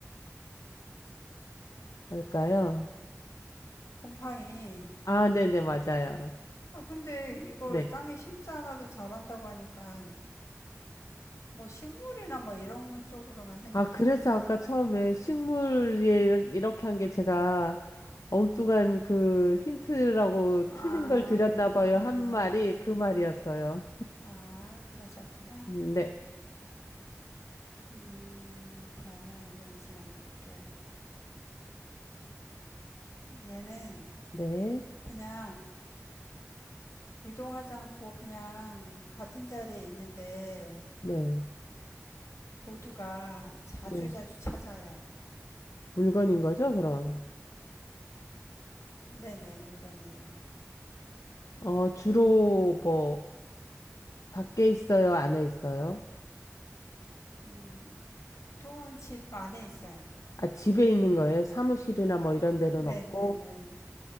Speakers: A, on the left; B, on the left.
A: 뭘까요?
B: 곰팡이,
A: 아, 네, 네, 맞아요.
B: 아, 근데 이걸
A: 네.
B: 땅에 심지 않아도 자란다고 하니까 뭐 식물이나 뭐 이런 쪽으로만 생각해서
A: 아, 그래서 아까 처음에 식물이 이렇게 한 게 제가 엉뚱한 그 힌트라고
B: 아,
A: 틀린 걸 드렸나 봐요. 한
B: 아,
A: 말이 그 말이었어요.
B: 아, 그러셨구나.
A: 음, 네,
B: 음, 그러면 이번에 제가 내볼게요. 얘는
A: 네,
B: 그냥 이동하지 않고 그냥 같은 자리에 있는데
A: 네,
B: 모두가 자주자주
A: 네.
B: 찾아요.
A: 물건인 거죠, 그럼?
B: 네네, 물건이에요.
A: 어, 주로 뭐, 밖에 있어요? 안에 있어요?
B: 음, 보통은 집 안에 있어요.
A: 아, 집에 있는 거예요? 사무실이나 뭐 이런 데는
B: 네네네.
A: 없고?